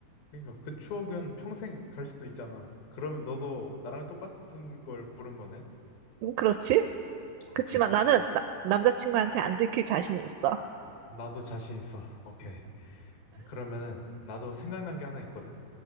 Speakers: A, on the left; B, on the right.
A: 그러니까 그 추억은 평생 갈 수도 있잖아. 그러면 너도 나랑 똑같은 걸 고른 거네?
B: 음, 그렇지? 그치만
A: 오케이.
B: 나는 나- 남자친구한테 안 들킬 자신이 있어.
A: 나도 자신 있어. 오케이. 그러면은 나도 생각난 게 하나 있거든?